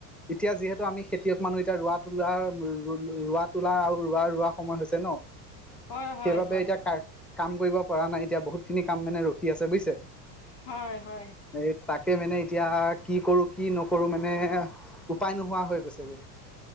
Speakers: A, in the centre; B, on the left.
A: এতিয়া যিহেতু আমি খেতিয়ক মানুহ এতিয়া ৰোৱা তোলা ৰোৱা তোলা আৰু ৰোৱা ৰোৱা সময় হৈছে ন। সেইবাবে
B: হয় হয় হয়
A: এতিয়া কাম কৰিব পৰা নাই এতিয়া বহুতখিনি কাম মানে ৰখ ৰখি আছে বুইছে
B: হয় হয়
A: এই তাকে মানে এতিয়া কি কৰোঁ, কি নকৰোঁ মানে উপায় নোহোৱা হৈ গৈছে গে।